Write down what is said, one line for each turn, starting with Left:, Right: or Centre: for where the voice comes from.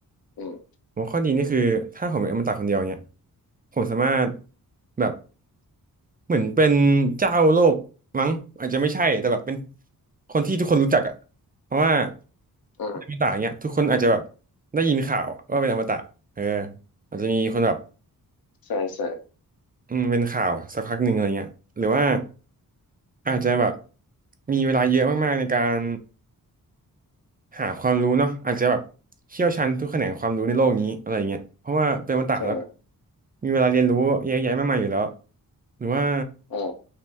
Left: อืม
Right: ผมว่าข้อดีนี่คือถ้าผมเป็นอมตะคนเดียวเนี่ยผมสามารถแบบเหมือนเป็นเจ้าโลกมั้งอาจจะไม่ใช่แต่แบบเป็นคนที่ทุกคนรู้จักอะเพราะว่า
Left: อืม
Right: อมตะเนี่ยทุกคนอาจจะแบบได้ยินข่าวว่าเป็นอมตะเอออาจจะมีคนแบบ
Left: ใช่ใช่
Right: อืมเป็นข่าวสักพักหนึ่งอะไรเงี้ยหรือว่าอาจจะแบบมีเวลาเยอะมากๆในการ หาความรู้เนาะอาจจะแบบเชี่ยวชาญทุกแขนงความรู้ในโลกนี้อะไรเงี้ยเพราะว่าเป็นอมตะแล้ว
Left: ใช่
Right: มีเวลาเรียนรู้เยอะแยะมากมายอยู่แล้วหรือว่า
Left: อ๋อ